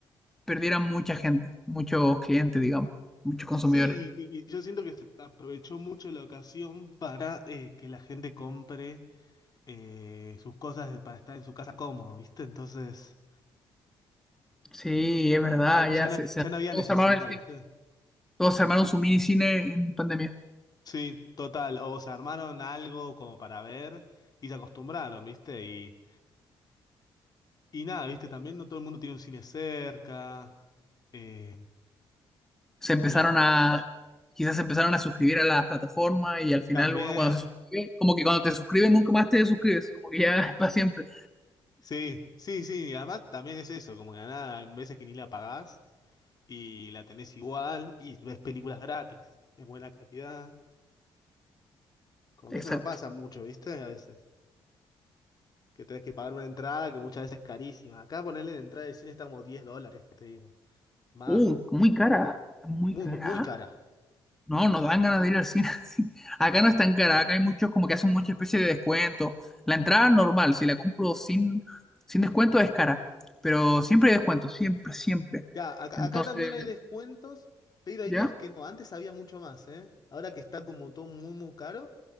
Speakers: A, in the centre; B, on the left (about 45°).
A: perdiera mucha gente, muchos clientes, digamos, muchos consumidores.
B: Sí, y, y- y yo siento que se aprovechó mucho la ocasión para eh, que la gente compre eh, sus cosas para estar en su casa cómodo, ¿viste? Entonces,
A: Sí, es verdad,
B: ya, ya
A: ya
B: no
A: se,
B: había,
A: se-
B: ya no había
A: todos
B: necesidad,
A: se armaron el cine,
B: ¿viste?
A: todos se armaron su mini cine en pandemia.
B: Sí, total. O se armaron algo como para ver y se acostumbraron, ¿viste? Y, y nada, ¿viste? También no todo el mundo tiene un cine cerca. Eh,
A: Se empezaron
B: ponen acá
A: a, quizás se empezaron a suscribir a las plataformas y al final
B: también.
A: uno cuando se suscribe, como que cuando te suscribes nunca más te suscribes, como que ya <laughs> es para siempre.
B: Sí, sí, sí. Y además también es eso, como que nada, hay veces que ni la pagás y la tenés igual y ves películas gratis, de buena calidad. Como
A: Exacto.
B: que eso no pasa mucho, ¿viste? A veces. que tenés que pagar una entrada que muchas veces es carísima. Acá ponerle la entrada de cine está como 10 dólares, que te digo. Más,
A: Uh, muy cara, está muy
B: muy,
A: cara.
B: muy cara.
A: No, no dan ganas de ir al cine. <laughs> sí. Acá no es tan cara, acá hay muchos como que hacen mucha especie de descuento. La entrada normal, si la compro sin, sin descuento es cara, pero siempre hay descuento, siempre, siempre.
B: Ya, acá,
A: Entonces,
B: acá también hay descuentos, pero hay
A: ¿ya?
B: días que no. Antes había mucho más, ¿eh? Ahora que está como todo muy, muy caro,